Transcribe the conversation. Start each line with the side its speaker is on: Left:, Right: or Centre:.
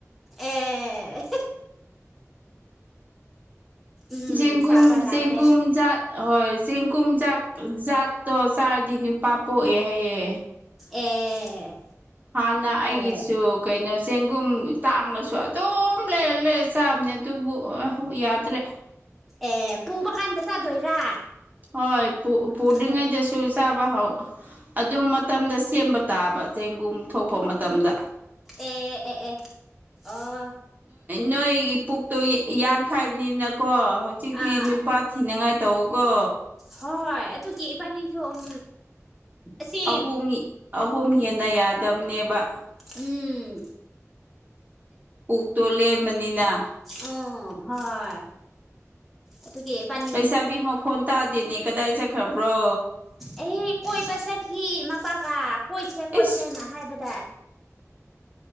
Centre: ꯑꯦ ꯎꯝ
Right: ꯆꯦꯡꯒꯨꯝ
Centre: ꯆꯥꯕ ꯇꯥꯔꯦ
Right: ꯆꯦꯡꯒꯨꯝ ꯆꯥꯛ ꯍꯣꯏ ꯆꯦꯡꯒꯨꯝꯖꯥꯛ ꯖꯥꯠꯇꯣ ꯆꯥꯔꯗꯤ ꯅꯨꯄꯥ ꯄꯣꯛꯑꯦ ꯍꯥꯏꯌꯦ
Centre: ꯑꯦ
Right: ꯍꯥꯟꯅ ꯑꯩꯒꯤꯁꯨ
Centre: ꯑꯦ
Right: ꯀꯩꯅꯣ ꯆꯦꯡꯒꯨꯝ ꯇꯥꯡꯂꯁꯨ ꯑꯗꯨꯝ ꯂꯩꯔꯥ ꯂꯩꯔꯥ ꯆꯥꯕꯅꯦ ꯑꯗꯨꯕꯨ ꯑ ꯌꯥꯗ꯭ꯔꯦ
Centre: ꯑꯦ ꯄꯨꯕ ꯀꯥꯟꯗ ꯆꯥꯗꯣꯏꯔꯥ
Right: ꯍꯣꯏ ꯄꯨ ꯄꯨꯗꯔ꯭ꯤꯉꯩꯗꯁꯨ
Centre: ꯑꯦ
Right: ꯆꯥꯕ ꯍꯧ ꯑꯗꯨ ꯃꯇꯝꯗ ꯁꯦꯝꯕ ꯇꯥꯕ ꯆꯦꯡꯒꯨꯝ ꯊꯣꯛꯄ ꯃꯇꯝꯗ
Centre: ꯑꯦ ꯑꯦ ꯑꯦ ꯑꯥ
Right: ꯅꯣꯏꯒꯤ ꯄꯨꯛꯇꯣ ꯌꯥꯟꯈꯥꯏꯕꯅꯤꯅ ꯀꯣ ꯍꯧꯖꯤꯛꯇꯤ
Centre: ꯑꯥ
Right: ꯅꯨꯄꯥ ꯊꯤꯅꯤꯡꯉꯥꯏ ꯇꯧꯑꯣꯀꯦ
Centre: ꯍꯣꯏ ꯑꯗꯨꯒꯤ ꯏꯕꯥꯅꯤꯁꯨ ꯎꯝ ꯑꯁꯤ
Right: ꯑꯍꯨꯝ ꯑꯍꯨꯝ ꯍꯦꯟꯅ ꯌꯥꯗꯝꯕꯅꯦꯕ
Centre: ꯎꯝ
Right: ꯄꯨꯛꯇꯣ ꯂꯦꯝꯕꯅꯤꯅ
Centre: ꯎꯝ ꯍꯣꯏ ꯑꯗꯨꯒꯤ ꯏꯕꯥꯅꯤ
Right: ꯂꯩꯁꯥꯕꯤ ꯃꯈꯣꯟ ꯇꯥꯗꯦꯅꯦ ꯀꯗꯥꯏ ꯆꯠꯈ꯭ꯔꯕ꯭ꯔꯣ
Centre: ꯑꯦ ꯀꯣꯏꯕ ꯆꯠꯈꯤ ꯃꯄꯥꯒ ꯀꯣꯏꯁꯦ ꯀꯣꯏꯁꯦꯅ
Right: ꯏꯁ
Centre: ꯍꯥꯏꯕꯗ